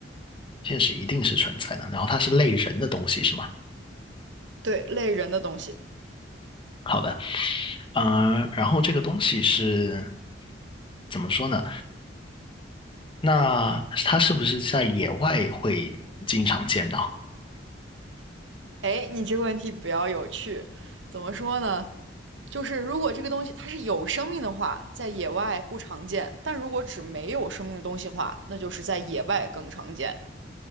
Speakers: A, on the left (about 30°); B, on the right (about 80°).
A: 现实一定是存在的。然后它是类人的东西，是吗？
B: 对，类人的东西。
A: 好的，呃，然后这个东西是怎么说呢？那它是不是在野外会经常见到？
B: 哎，你这个问题比较有趣，怎么说呢？就是如果这个东西它是有生命的话，在野外不常见；但如果指没有生命的东西的话，那就是在野外更常见。